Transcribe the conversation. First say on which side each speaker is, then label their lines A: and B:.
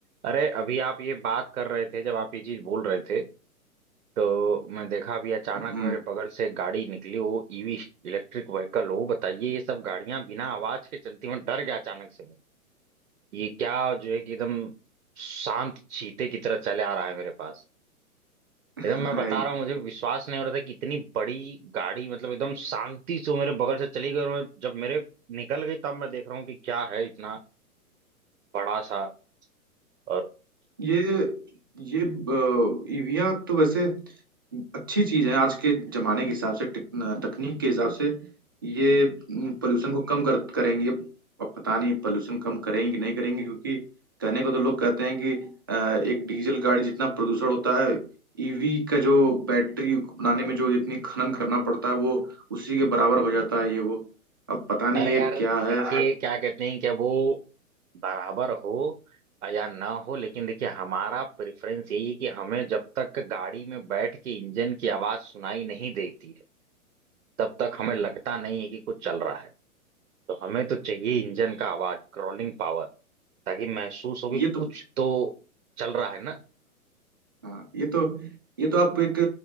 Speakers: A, on the right; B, on the right.
A: अरे अभी आप ये बात कर रहे थे जब आप ये चीज बोल रहे थे तो मैं देखा अभी अचानक
B: हम्म
A: मेरे बगल से एक गाड़ी निकली वो ईवी इलेक्ट्रिक व्हीकल हो बताइए ये सब गाड़ियां बिना आवाज के चलती हैं मैं डर गया अचानक से मैं ये क्या जो है कि एकदम शांत चीते की तरह चले आ रहा है मेरे पास
B: <laughs>
A: एकदम मैं बता रहा हूँ मुझे विश्वास नहीं हो रहा था कि इतनी बड़ी गाड़ी मतलब एकदम शांति से वो मेरे बगल से चली गई और मैं जब मेरे निकल गई तब मैं देख रहा हूँ कि क्या है इतना बड़ा सा और
B: ये ये ईवीआं तो वैसे अच्छी चीज है आज के जमाने के हिसाब से टेक- तकनीक के हिसाब से ये पोल्यूशन को कम कर करेंगे अब पता नहीं पोल्यूशन कम करेंगे कि नहीं करेंगे क्योंकि कहने को तो लोग कहते हैं कि अ, एक डीजल गाड़ी जितना प्रदूषण होता है ईवी का जो बैटरी बनाने में जो जितनी खनन करना पड़ता है वो उसी के बराबर हो जाता है ये वो अब पता नहीं
A: अरे
B: ये
A: यार
B: क्या
A: देखिए
B: है
A: क्या कहते हैं क्या वो बराबर हो या ना हो लेकिन देखिए हमारा प्रेफरेंस यही है कि हमें जब तक गाड़ी में बैठ के इंजन की आवाज सुनाई नहीं देती है तब तक हमें लगता नहीं है कि कुछ चल रहा है तो हमें तो चाहिए इंजन का आवाज क्रॉलिंग पावर ताकि महसूस हो कि
B: ये तो
A: कुछ तो चल रहा है ना
B: हाँ ये तो ये तो आप एक